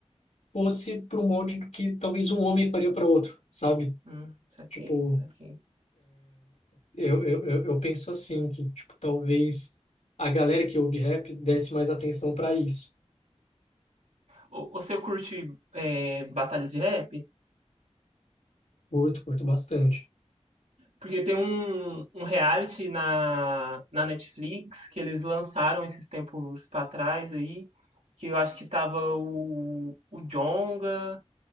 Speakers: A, on the left; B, on the right.
A: fosse para um molde que talvez um homem faria para outro, sabe?
B: uhum, saquei,
A: Tipo,
B: saquei.
A: eu, eu, eu eu penso assim, que tipo, talvez a galera que ouve rap desse mais atenção para isso.
B: Ô, Você curte é, batalhas de rap?
A: Curto, curto bastante.
B: Porque tem um, um reality na, na Netflix que eles lançaram esses tempos pra trás aí, que eu acho que tava o, o Djonga,